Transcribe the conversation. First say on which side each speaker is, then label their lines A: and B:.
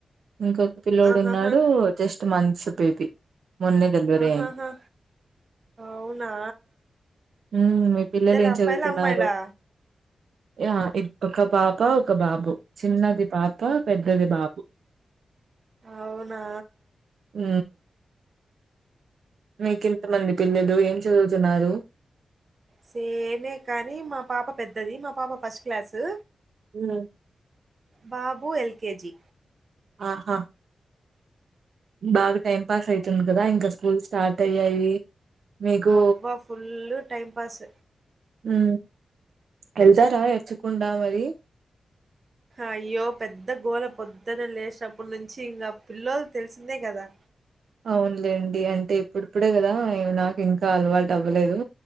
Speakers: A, on the right; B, on the right.
A: ఇంకొక పిల్లోడు
B: ఆహాహా
A: ఉన్నాడు జస్ట్ మంత్స్ బేబీ మొన్నే డెలివరీ
B: ఆహాహా
A: అయింది
B: అవునా
A: ఉమ్ మీ పిల్లలు
B: ఇద్దరు
A: ఏం
B: అబ్బాయిలా
A: చదువుతున్నారు
B: అమ్మాయిలా
A: య ఈ ఒక పాప ఒక బాబు చిన్నది పాప పెద్దది బాబు
B: అవునా
A: ఊ మీకెంతమంది పిల్లలు ఏం చదువుతున్నారు
B: సేమే కానీ మా పాప పెద్దది మా పాప ఫస్ట్ క్లాసు
A: ఉ
B: బాబు ఎల్కేజి
A: ఆహా బాగా టైం పాస్ అయితుంది కదా ఇంకా స్కూల్స్ స్టార్ట్ అయ్యాయి మీకు
B: అబ్బ ఫుల్ టైంపాస్
A: ఉ ఎల్తారా ఏడ్చకుండ మరి
B: అయ్యో పెద్ద గోల పొద్దున లేసినప్పుడు నుంచి ఇంకా పిల్లలు తెలిసిందే కదా
A: అవునులేండి అంటే ఇప్పుడుప్పుడే కదా నాకు ఇంకా అలవాటు అవ్వలేదు